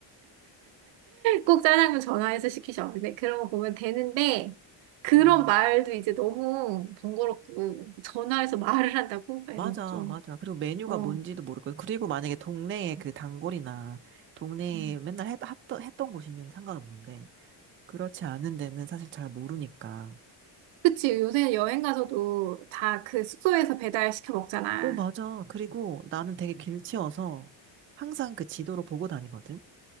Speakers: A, on the right; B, on the right.
A: 꼭 짜장면 전화해서 시키셔. 근데 그런 거 보면 되는데, 그런
B: 음.
A: 말도 이제 너무 번거롭고, 전화해서 말을 한다고? 막
B: 맞아,
A: 이런 거 좀,
B: 맞아. 그리고 메뉴가
A: 어.
B: 뭔지도 모르고. 그리고 만약에 동네에 그 단골이나 동네에
A: 음.
B: 맨날 했, 했던, 했던 곳이면 상관없는데. 그렇지 않은 데는 사실 잘 모르니까.
A: 그치, 요새 여행 가서도 다 그 숙소에서 배달 시켜 먹잖아.
B: 오, 맞아. 그리고 나는 되게 길치여서 항상 그 지도를 보고 다니거든.